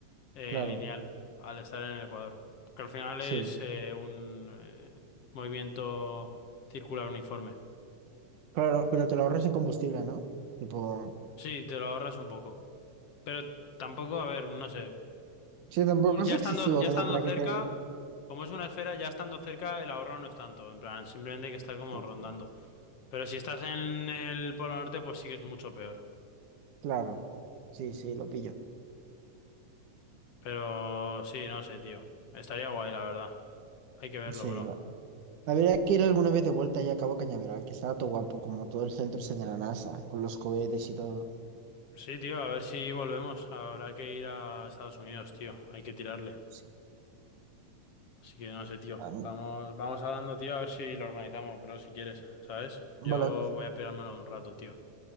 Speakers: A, on the left; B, on the right.
A: eh,
B: claro,
A: lineal al estar en el ecuador. Porque al final
B: sí.
A: es eh, un eh, movimiento circular uniforme.
B: Claro, no, pero te lo ahorras en combustible, ¿no? Tipo,
A: Sí, te lo ahorras un poco. Pero tampoco, a ver, no sé.
B: sí, tampoco
A: Un-
B: es
A: ya
B: excesivo
A: estando, ya
B: como
A: estando
B: para que
A: cerca,
B: te...
A: como es una esfera, ya estando cerca, el ahorro no es tanto. En plan, simplemente hay que estar como
B: Sí,
A: rondando.
B: claro,
A: Pero si estás en el Polo Norte, pues sí que es mucho peor.
B: Claro, sí, sí, lo pillo.
A: Pero sí, no sé, tío. Estaría guay, la verdad. Hay que verlo,
B: Sí,
A: bro.
B: habría que ir alguna vez de vuelta ya a Cabo Cañaveral, que está todo guapo, como todo el centro ese de la NASA, con los cohetes y todo.
A: Sí, tío, a ver si volvemos. Habrá que ir a Estados Unidos, tío. Hay que tirarle.
B: Sí.
A: Así que no sé, tío.
B: Ah,
A: Vamos, vamos hablando, tío, a ver si lo organizamos, bro, si quieres, ¿sabes?
B: Vale,
A: Yo voy a pirármelo un rato, tío.